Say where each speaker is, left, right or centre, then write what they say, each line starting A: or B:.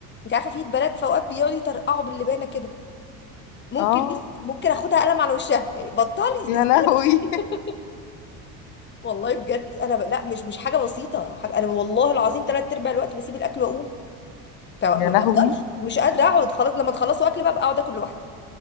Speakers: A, on the left; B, on the left.
A: انت عارفه في بنات في اوقات بيقعدوا يطرقعوا باللبانه كده ممكن
B: اه
A: بص ممكن اخدها قلم على وشها يعني بطلي
B: يا
A: اسكتي
B: لهوي
A: <laughs> والله بجد انا ب... لا مش مش حاجه بسيطه حاجة... انا والله العظيم ثلاث ارباع الوقت بسيب الاكل واقوم طب
B: <laughs> يا
A: ما
B: لهوي
A: بقدرش مش قادره اقعد خلاص لما تخلصوا اكل بقى بقى اقعد اكل لوحدي